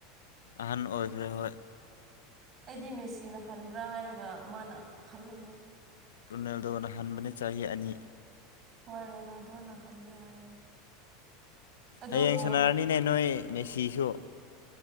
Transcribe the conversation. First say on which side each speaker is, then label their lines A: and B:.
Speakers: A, on the left (about 80°); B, on the right (about 35°).
A: ꯑꯍꯟ ꯑꯣꯏꯈ꯭ꯔꯦ ꯍꯣꯏ
B: ꯑꯩꯗꯤ ꯃꯦꯁꯤꯅ ꯍꯟꯕ꯭ꯔꯥ ꯍꯥꯏꯔꯒ ꯃꯥꯅ ꯍꯜꯂꯝꯃꯦ
A: ꯔꯨꯅꯥꯜꯗ‌ꯣꯅ ꯍꯟꯕꯅꯤ ꯆꯍꯤ ꯑꯅꯤ
B: ꯍꯣꯏ ꯔꯣꯅꯥꯜꯗꯣꯅ ꯍꯜꯂꯦ ꯍꯥꯏꯌꯦ ꯑꯗꯨꯕꯨ
A: ꯍꯌꯦꯡ ꯁꯥꯟꯅꯔꯅꯤꯅꯦ ꯅꯣꯏ ꯃꯦꯁꯤꯁꯨ